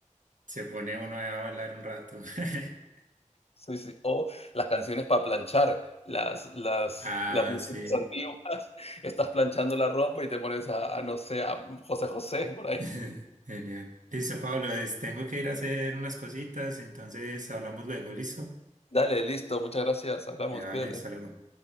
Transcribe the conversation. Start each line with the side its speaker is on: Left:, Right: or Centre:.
Right: Se pone uno a bailar un rato. <laughs>
Left: Sí, sí. O las canciones para planchar, las, las,
Right: Ah,
Left: las músicas
Right: sí.
Left: antiguas. <laughs> Estás planchando la ropa y te pones a, a, no sé, a José José por ahí.
Right: <laughs> Genial. Listo, Pablo, es- tengo que ir a hacer unas cositas, entonces hablamos luego, ¿listo?
Left: Dale, listo, muchas gracias. Hablamos,
Right: Ya,
Left: cuídate.
Right: Vale, hasta luego.